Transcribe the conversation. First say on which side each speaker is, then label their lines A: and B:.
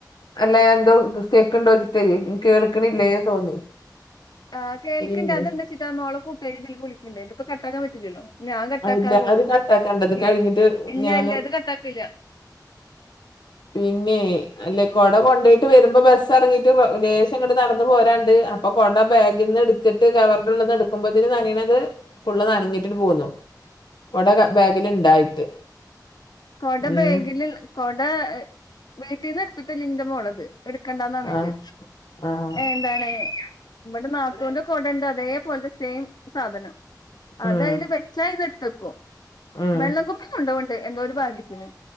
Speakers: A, on the left; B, on the left.
A: അല്ല എന്തോ സ്റ്റ്ക്ക് ഇണ്ടോചിട്ടയ് കേൾക്ക്ണില്ലേ തോന്നി
B: ആഹ് കേൾക്ണ്ട്
A: പിന്നെ
B: അതെന്താച്ച്ട്ടാ മോളെ കൂട്ടാരി ഇതിൽക് വിളിക്ക്ണ്ടേ ഇത്പ്പോ കട്ടാക്കാ പറ്റില്ല ല്ലാ ഞാൻ കട്ടാക്കാ
A: ഇല്ല
B: കോളും
A: അത് കട്ടാക്കണ്ട ഇത്
B: ഇ
A: കഴിഞ്ഞിട്ട്
B: ഇല്ല
A: ഞാന്
B: ഇല്ല ഇത് കട്ടാക്കില്ല
A: പിന്നെ അല്ലെ കൊട കൊണ്ടായിറ്റ് വരുമ്പോ ബസ് എറങ്ങിട്ട് ലേശങ്ങട്ട് നടന്ന് പോരാണ്ട് അപ്പൊ കൊട ബാഗ്‌ന് എട് ത്തിട്ട് കവർന്റെ ഉള്ള് ന്ന് ട്ക്കുമ്പോത്തിന് നനിണത് ഫുള്ള് നനഞ്ഞിട്ട്ണ്ട് പോന്നു കൊട ക ബാഗിൽ ഇണ്ടായിട്ട്
B: കൊട
A: ഉം
B: ബേഗ്ൽ കൊട ഹ് വീട്ട്ന്ന് ഇട്ത്ത് ട്ടില്ല ന്റമോള്ത് എടുക്കണ്ടാന്നർഞ്ട്ട്
A: ആഹ് ആഹ്
B: എന്താണ് ഇപടെ നാത്തൂന്റെ കൊടണ്ട് അതേപോൽതെ സെയിം സാധനം
A: ഉം
B: അതയ്ല് വെ ച്ചായ്ന്ന്ട്ത്തെക്കും
A: ഉം
B: വെള്ളം കുപ്പി കൊണ്ടോവ്ണ്ട് എന്തോര് ത്തിന്